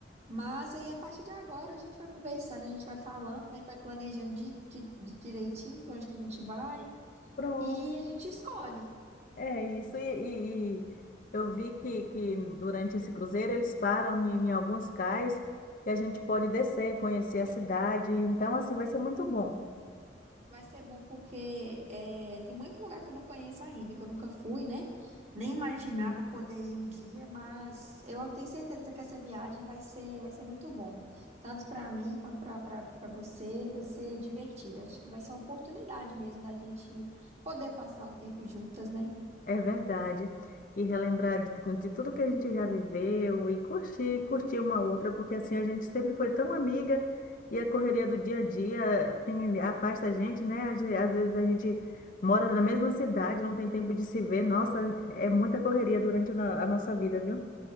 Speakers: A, on the right (about 40°); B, on the left (about 50°).
A: Mas aí, a partir de agora, a gente vai conversando, a gente vai falando, né? Vai planejando di- di- di- direitinho para onde que a gente vai.
B: Pronto.
A: E a gente escolhe.
B: É isso, e, e- e eu vi que, que durante esse cruzeiro eles param em, em alguns cais que a gente pode descer, conhecer a cidade, então assim vai ser muito bom.
A: Vai ser bom porque é, tem muito lugar que eu não conheço ainda, que eu nunca fui, né? Nem imaginava
B: Sim.
A: poder ir um dia, mas eu tenho certeza que essa viagem vai ser, vai ser muito bom. Tanto para mim quanto para para você, vai ser divertida. Acho que vai ser uma oportunidade mesmo da gente poder passar um tempo juntas, né?
B: É verdade. E relembrar de, tu- de tudo que a gente já viveu e curtir, curtir uma outra, porque assim a gente sempre foi tão amiga e a correria do dia a dia tem, afasta a gente, né? Às, ve- às vezes a gente mora na mesma cidade, não tem tempo de se ver. Nossa, é muita correria durante a no- a nossa vida, viu?